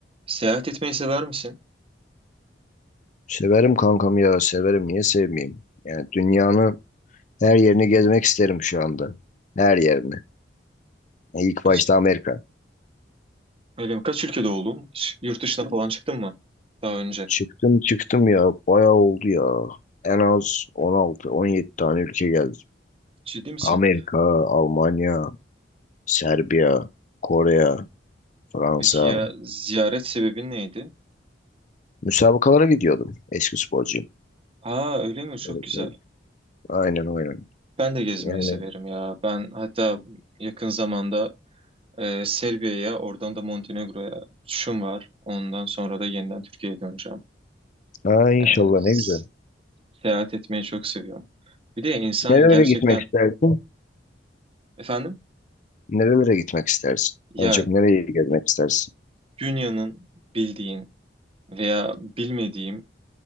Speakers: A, on the right; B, on the left.
A: Seyahat etmeyi sever misin?
B: Severim kankam ya severim niye sevmeyeyim? Yani dünyanın her yerini gezmek isterim şu anda. Her yerini. Yani İlk
A: Kaç,
B: başta Amerika.
A: öyle mi? Kaç ülkede oldun? Hiç yurt dışına falan çıktın mı daha önce?
B: Çıktım çıktım ya bayağı oldu ya. En az on altı, on yedi tane ülke geldi.
A: Ciddi misin?
B: Amerika, Almanya, Serbiya, Kore, Fransa.
A: Peki ya ziyaret sebebin neydi?
B: Müsabakalara gidiyordum. Eski sporcuyum.
A: Aa öyle mi? Çok
B: Evet,
A: güzel.
B: evet. Aynen aynen.
A: Ben de gezmeyi
B: Yani
A: severim ya. Ben hatta yakın zamanda e, Serbia'ya, oradan da Montenegro'ya uçuşum var. Ondan sonra da yeniden Türkiye'ye döneceğim.
B: ha, inşallah
A: Yani s-
B: ne güzel.
A: seyahat etmeyi çok seviyorum. Bir de insan
B: Nerelere
A: gerçekten
B: gitmek istersin?
A: efendim
B: Nerelere gitmek istersin?
A: ya
B: En çok nereyi gezmek istersin?
A: dünyanın bildiğin veya bilmediğim